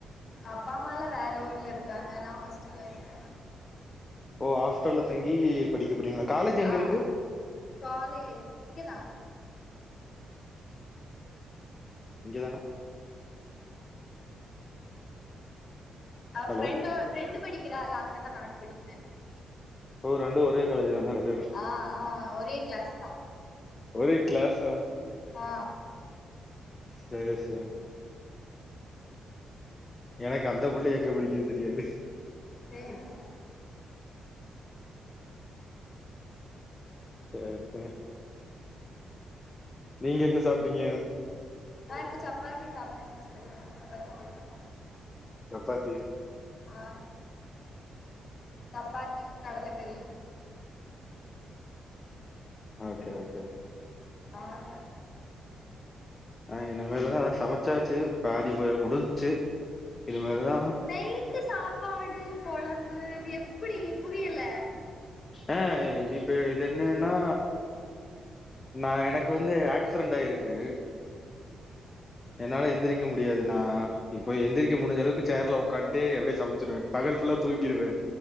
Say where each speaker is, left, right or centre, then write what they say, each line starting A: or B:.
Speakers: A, on the left; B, on the left.
A: அப்பா அம்மால்லா வேற ஊர்ல இருக்காங்க நா ஹாஸ்டல்ல இருக்கே
B: ஓ ஹாஸ்டல்ல தங்கி படிக்கப் போறீங்களா காலேஜ் எங்க
A: ஆ
B: இருக்கு
A: காலேஜ் இங்கதா
B: இங்கதானா
A: அவ
B: ஹலோ
A: ஃப்ரண்ட்டு ஃப்ரெண்டு் படிக்கிறால்ல அங்கதா நானு படிக்கிறே
B: ஓ ரெண்டு ஒரே காலேஜ் தானா ரெண்டு வேரு
A: ஆ ஆ ஒரே கிளாஸ்தா
B: ஒரே கிளாஸா
A: ஆ
B: சேரி சேரி எனக்கு அந்தப் புள்ளையே எங்க புடிக்க தெரியாது
A: சேரி
B: சேரி ச நீங்க என்ன சாப்டீங்க
A: நா இப்போ சப்பாத்தி சாப்டே ஹாஸ்டல்ல சப்பாத்தி போட்டாங்க
B: சப்பாத்தி
A: ஆ சப்பாத்தியு கடலக்கறியு
B: ஓகே ஓகே
A: ஆன
B: ஆ இனிமேல்தா அதா சமைச்சாச்சி பாதி போ முடிஞ்சி இனிமேல்தா
A: நைட்டு சாப்பாடு கொழம்பு இது எப்புடி இது புரியல்ல
B: ஆ இப்ப இது என்னன்னா நா எனக்கு வந்து ஆக்சிடென்ட் ஆயிருக்கு என்னால எந்திரிக்க முடியாது நா இப்போ எந்திரிக்க முடிஞ்ச அளவுக்கு சேர்ல உக்காண்ட்டு அப்டியே சமைச்சிருவ பகல் ஃபுல்லா தூங்கிருவ